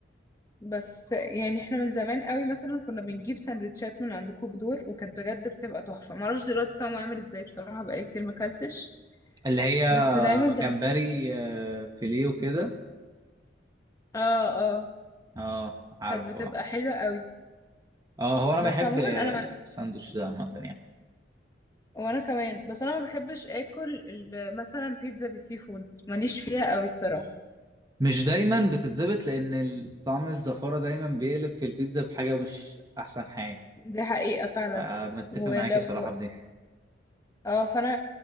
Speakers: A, on the left; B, on the right.
A: بس يعني احنا من زمان قوي مثلا كنا بنجيب سندوتشات من عند كوك دور وكانت بجد بتبقى تحفة معرفش دلوقتي طعمه عامل ازاي بصراحة بقالي كتير ماكلتش
B: اللي هي
A: بس دايما كانت
B: جمبري آه، فيليه وكده
A: اه اه
B: اه عارفه
A: كانت بتبقى
B: اه
A: حلوة قوي
B: آه، هو انا
A: بس
B: بحب
A: عموما
B: الساندوتش
A: انا من...
B: ده عامه يعني
A: وانا كمان بس انا ما بحبش اكل ال- مثلا بيتزا بالسي فود ماليش فيها قوي الصراحة
B: مش دايما بتتظبط لان ال- طعم الزفاره دايما بيقلب في البيتزا بحاجه مش احسن حاجه
A: دي حقيقة فعلا
B: آه، متفق
A: ولو
B: معاك بصراحة في دي
A: اه فانا